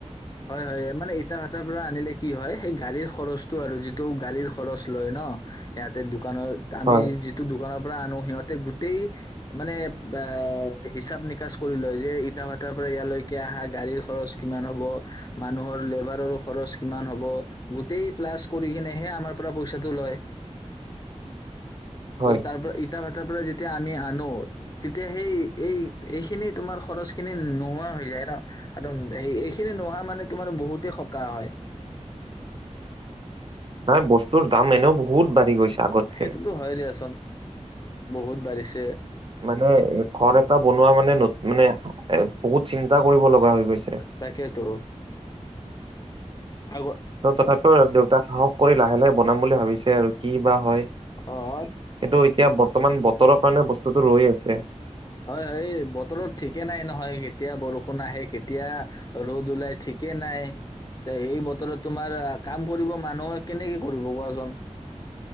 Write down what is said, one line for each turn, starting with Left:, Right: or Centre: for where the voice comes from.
Left: হয় হয় মানে ইটা ভাটাৰ পৰা আনিলে কি হয় সেই গাড়ীৰ খৰচ টো আৰু যিটো গাড়ীৰ খৰচ লয় ন সেয়াতে দু দোকানত আমি
Right: হয়
Left: যিটো দোকানৰ পৰা আনো সিহঁতে গোটেই মানে এ হিচাপ নিকাচ কৰি লয় যে ইটা ভাটৰ পৰা ইয়ালৈকে আহা গাড়ীৰ খৰচ কিমান হ'ব মানুহৰ লেবাৰৰ খৰচ কিমান হ'ব গোটেই প্লাছ কৰি কিনেহে আমাৰ পৰা পইচাটো লয়
Right: হয়
Left: ত তাৰ পৰা ইটা ভাত তাৰ পৰা যেতিয়া আমি আনো তেতিয়া সেই এই এইখিনি তোমাৰ খৰচ খিনি নোহোৱা হৈ যায় ন একদম স এইখিনি নোহোৱা মানে তোমাৰ বহুতেই সকাহ হয়
Right: নাই বস্তুৰ দাম এনেও বহুত বাঢ়ি গৈছে আগতকে
Left: সেইটোতো হয়ে দিয়াচোন বহুত বাঢ়িছে
Right: মানে ঘৰ এটা বনোৱা মানে মানে এ বহুত চিন্তা কৰিব লগা হৈ গৈছে
Left: তাকেতো আগ
Right: ত' তথাপিও দেউতাক সাহস কৰি লাহে লাহে বনাম বুলি ভাবিছে আৰু কি বা হয় কিন্তু
Left: অ হয়
Right: এতিয়া বৰ্তমান বৰ্তমান বতৰৰ কাৰণে বস্তুটো ৰৈ আছে
Left: হয় হয় বতৰত ঠিকে নাই নহয় কেতিয়া বৰষুণ আহে কেট এতিয়া ৰ'দ ওলাই ঠিকেই নাই এ সেই বতৰত তোমাৰ কাম কৰিব মানুহে কেনেকে কৰিব কোৱাচোন